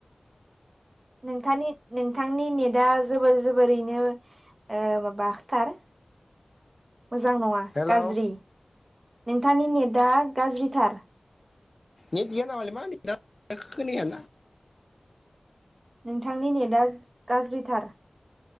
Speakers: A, on the right; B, on the left.
A: नोंथानि नोंथांनि नेटा जोबोर जोबोरैनो ओ माबाथार मोजां नङा
B: हेल'
A: गाज्रि। नोंथांनि नेटआ गाज्रिथार।
B: नेट गैयानामालै मा नेटआ खोनायाना।
A: नोंथांनि नेटआ गाज्रिथार।